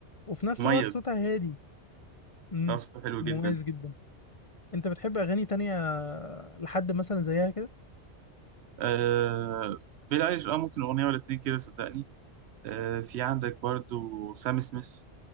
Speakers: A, on the left (about 35°); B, on the right (about 75°).
A: وفي نفس
B: مميز
A: الوقت صوتها هادي امم
B: لا، صوته حلو
A: مميز
B: جدا
A: جدا انت بتحب اغاني تانية لحد مثلا زيها كده
B: آه بيلي ايليش اه ممكن اغنية ولا اتنين كده صدقني آه في عندك برضو سام سميث